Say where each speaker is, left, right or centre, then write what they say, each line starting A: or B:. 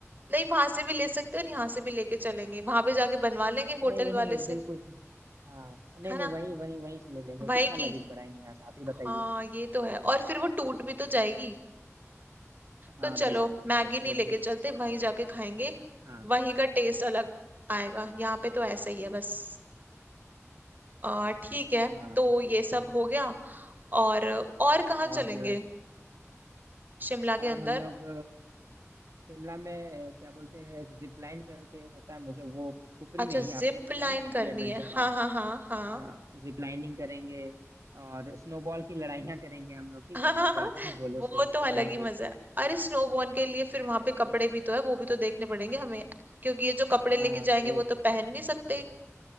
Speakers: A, on the right (about 35°); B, on the right (about 75°).
A: नहीं वहां से भी ले सकते हैं और यहाँ से भी लेके चलेंगे वहां पे जाके बनवा लेंगे
B: नहीं
A: होटल वाले
B: नहीं नहीं
A: से
B: बिल्कुल से- हाँ नहीं
A: है
B: नहीं
A: ना
B: वहीं वहीं वहीं से ले लेंगे
A: वही
B: कितना लगेज
A: की
B: बढ़ाएंगे यहाँ से आप ही बताइए
A: हाँ ये तो है और फिर वो टूट भी तो जाएगी
B: हाँ
A: तो चलो
B: बिल्कुल
A: मैगी
B: तो फिर
A: नहीं लेके चलते वहीं जाके खाएंगे
B: हाँ
A: वहीं का टेस्ट अलग आएगा यहाँ पे तो ऐसा ही है बस अ, ठीक है
B: हाँ
A: तो
B: ठीक
A: ये सब
B: है
A: हो गया और और कहाँ
B: और
A: चलेंगे शिमला
B: और
A: के अंदर
B: हम लोग शिमला में अ, क्या बोलते हैं एक जिप लाइन करके होता है मुझे वो कुफरी
A: अच्छा
B: में ही
A: जिप
B: आपने बताया
A: लाइन
B: ना कुफरी
A: करनी
B: एडवेंचर
A: है
B: पार्क
A: हाँ हाँ हाँ हाँ
B: हाँ जिप लाइनिंग करेंगे और स्नोबॉल की लड़ाइयाँ करेंगे हम लोग
A: <laughs>
B: ठीक
A: हाँ
B: है ना
A: हाँ हाँ,
B: बर्फ के गोलों
A: वो
B: से खेलेंगे
A: तो अलग ही मजा है अरे स्नोबॉर्न के लिए फिर वहां पे कपड़े भी तो है वो भी तो देखने पड़ेंगे हमें क्योंकि ये जो कपड़े
B: हाँ
A: लेके जाएंगे
B: तो
A: वो तो पहन नहीं सकते